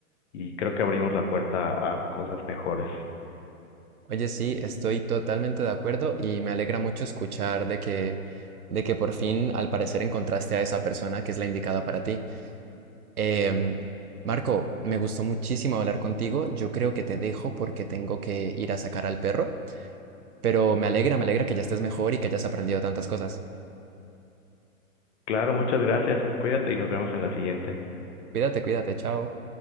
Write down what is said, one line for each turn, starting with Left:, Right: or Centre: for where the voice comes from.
Left: y creo que abrimos la puerta a cosas mejores.
Right: Oye, sí, estoy totalmente de acuerdo y me alegra mucho escuchar de que, de que por fin, al parecer, encontraste a esa persona que es la indicada para ti. Em, Marco, me gustó muchísimo hablar contigo. Yo creo que te dejo porque tengo que ir a sacar al perro, pero me alegra, me alegra que ya estés mejor y que hayas aprendido tantas cosas.
Left: Claro, muchas gracias. Cuídate y nos vemos en la siguiente.
Right: Cuídate, cuídate, chao.